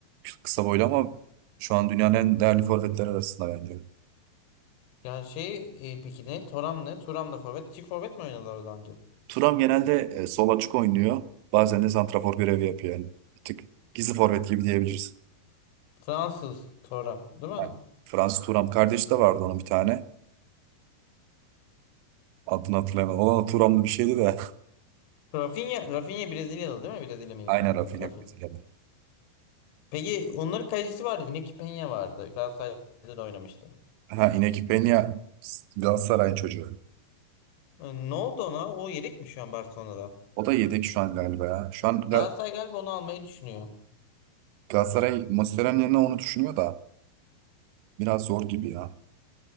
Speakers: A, on the right; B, on the left.
A: Kısa boylu ama şu an dünyanın en değerli forvetleri arasında bence.
B: Ya şey e, peki ne? Thuram ne? Thuram da forvet. Çift forvet mi oynadılar o zaman? diyor.
A: Turam genelde e, sol açık oynuyor. Bazen de santrafor görevi yapıyor yani. Bir tık gizli forvet gibi diyebiliriz.
B: Fransız Thuram değil mi?
A: Aynen. Fransız Turam kardeşi de vardı onun bir tane. Adını hatırlamıyorum. Olan Turamlı bir şeydi de.
B: Rafinha, Rafinha Brezilyalı değil mi? Brezilya
A: <laughs>
B: milli
A: Aynen
B: takımından
A: Rafinha
B: Rafinha.
A: Brezilyalı.
B: Peki onların kalecisi vardı. Yine Penha vardı. Galatasaray'da da oynamıştı.
A: Ha Iñaki Peña Galatasaray'ın çocuğu.
B: E, Ne oldu ona? O yedek mi şu an Barcelona'da?
A: O da yedek şu an galiba ya. Şu an Ga-
B: Galatasaray galiba onu almayı düşünüyor.
A: Galatasaray Mascherano'nun yerine onu düşünüyor da biraz zor gibi ya.